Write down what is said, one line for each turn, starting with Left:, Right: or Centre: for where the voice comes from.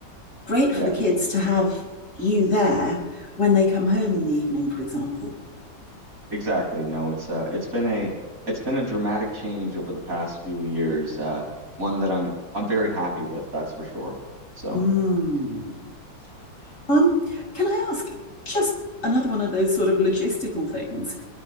Left: Great
Right: Yeah,
Left: for the kids to have you there when they come home in the evening, for example.
Right: exactly. No, it's uh, it's been a it's been a dramatic change over the past few years. Uh, one that I'm I'm very happy with, that's for sure. So,
Left: Mm. Um, can I ask just another one of those sort of logistical things?